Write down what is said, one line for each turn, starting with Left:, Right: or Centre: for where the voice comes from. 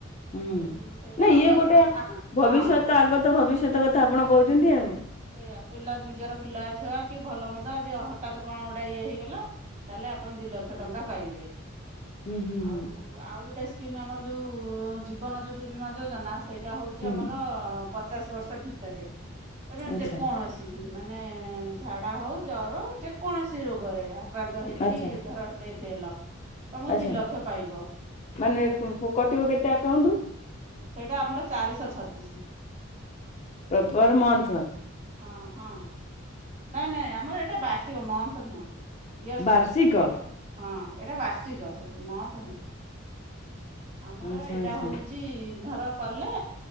Left: ହୁଁ
Right: ଆଉ ସେଇଟା
Left: ନାଇ
Right: ଅକାଶ
Left: ଇଏ ଗୋଟେ
Right: ହଁ
Left: ଭବିଷ୍ୟତ ଆଗତ ଭବିଷ୍ୟତ କଥା ଆପଣ କହୁଛନ୍ତି ଆଉ।
Right: ସେୟା ପିଲା ନିଜର ପିଲା ଛୁଆ କି ଭଲ ମନ୍ଦ ଆଜି ହଠାତ୍ କଣ ଗୋଟେ ଇଏ ହେଇଗଲା ତାହେଲେ ଆପଣ ଦି ଲକ୍ଷ ଟଙ୍କା ପାଇବେ।
Left: ହୁଁ ହୁଁ
Right: ଆଉ
Left: ହୁଁ
Right: ଆଉ ଗୋଟେ ସ୍କିମ୍ ଆମର ଯୋଉ ଜୀବନ ଜ୍ୟୋତି ବୀମା ଯୋଜନା। ସେଇଟା ହଉଛି
Left: ହୁଁ
Right: ଆମର ପଚାଶ ବର୍ଷ ଭିତରେ। ତମେ
Left: ଆଚ୍ଛା
Right: ଯେକୌଣସି ମାନେ ଝାଡା ହଉ ଜର ଯେ କୌଣସି ରୋଗରେ ଆକ୍ରାନ୍ତ ହେଇକିରି
Left: ଆଚ୍ଛା
Right: ଧର ଡେଥ ହେଲ। ତମକୁ
Left: ଆଚ୍ଛା।
Right: ଦି ଲକ୍ଷ ପାଇବ।
Left: ମାନେ
Right: ଆଉ
Left: କଟିବ କେତେ ଆକ
Right: ସେଇଟା ଆମର ଚାରିଶହ ଛତିଶ।
Left: ପ୍ରଠମରେ ମନ୍ଥ।
Right: ହ ହଁ ନାଇଁ ନାଇଁ ଆମର ଏଇଟା ବାର୍ଷିକ ମନ୍ଥ ନୁହଁ। ଇୟର୍ସ
Left: ବାର୍ଷିକ।
Right: ବାଇ। ହଁ ଏଟା ବାର୍ଷିକ ସବୁ ମଥ୍ ନୁହଁ। ଆମର
Left: ଆଚ୍ଛା
Right: ଏଇଟା
Left: ଆଚ୍ଛା
Right: ହଉଛି ଧର କଲେ